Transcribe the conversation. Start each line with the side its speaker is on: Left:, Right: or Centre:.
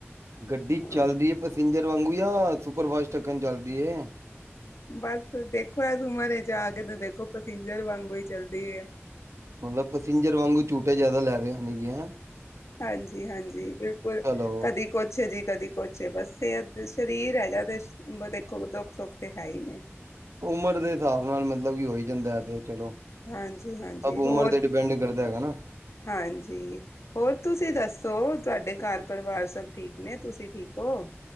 Right: ਗੱਡੀ
Left: ਹਾਂ,
Right: ਚੱਲਦੀ ਪਸੇਂਜਰ ਵਾਂਗੂ ਯਾ, ਸੁਪਰ ਫਾਸਟ ਅੱਕਣ ਚੱਲਦੀ ਏ?
Left: ਬਸ, ਦੇਖੋ ਇਸ ਉੱਮਰਚ ਆਕੇ ਤੇ ਦੇਖੋ, ਪਸੰਜਰ ਵਾਂਗੂ ਈ ਚੱਲਦੀ ਏ।
Right: ਮਤਲਬ ਪਸਿੰਜਰ ਵਾਂਗੂ ਝੂਟੇ ਜਿਆਦਾ ਲੈ ਰਹੇ ਨ ਗੀਆਂ।
Left: ਹਾਂਜੀ-ਹਾਂਜੀ, ਬਿਲਕੁਲ।
Right: ਚਲੋ।
Left: ਕਦੀ-ਕੁਛ ਜੀ, ਕਦੀ ਕੁਛ ਏ, ਬਸ। ਤੇ ਸਰੀਰ ਹੈਗਾ ਤੇ, ਦੇਖੋ ਦੁੱਖ-ਸੁੱਖ ਤੇ ਹੈਹੀ ਨੇ।
Right: ਉਮਰ ਦੇ ਹਿਸਾਬ ਨਾਲ ਮਤਲਬ ਕਿ ਹੋਹੀ ਜਾਂਦਾ ਹੈ, ਤੇ ਚਲੋ।
Left: ਹਾਂਜੀ-ਹਾਂਜੀ,
Right: ਸਭ
Left: ਹੋਰ,
Right: ਉਮਰ ਤੇ ਡਿਪੈਂਡ ਕਰਦਾ ਹੈਗਾ ਨਾ। ਹੂੰ
Left: ਹਾਂਜੀ। ਹੋਰ, ਤੁਸੀਂ ਦੱਸ ਤੁਹਾਡੇ ਘਰ ਪਰਿਵਾਰ ਸਭ ਠੀਕ ਨੇ ਤੁਸੀਂ ਠੀਕ ਹੋ?